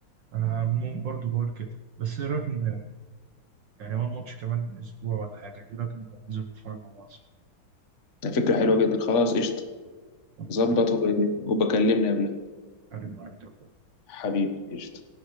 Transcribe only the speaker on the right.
انا هم- برضو بقول كده بس ايه رايك إن- يعني هو الماتش كمان اسبوع ولا حاجه ايه رايك نبقى ننزل نتفرج مع بعض
خلاص
تمام
هرد عليك